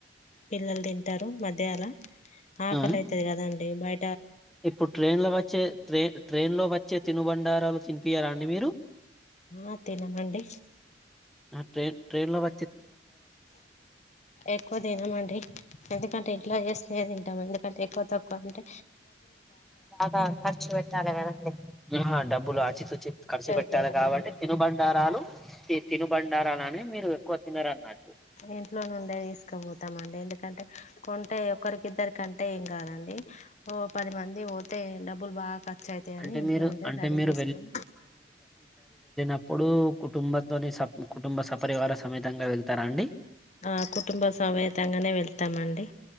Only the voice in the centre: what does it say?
ఆ!
ఇప్పుడు ట్రైన్ లో వచ్చే ట్రైన్ ట్రైన్ లో వచ్చే తినుబండారాలు తిని ఈయరా అండి మీరు
ఆ ట్రైన్ ట్రైన్ లో ప
బాగా ఖర్చు పెట్టాలి కదండి ఆ డబ్బులు ఆచితూచి ఖర్చు
పెట్టాలి
కాబట్టి తినుబండారాలు తినుబండారని మీరు ఎక్కువ తినరన్నట్టు.
అంటే
మీరు
అంటే
మీరు
అప్పుడు కుటుంబంతోనే స కుటుంబ సపరివార సమేతంగా వెళ్తారా అండి.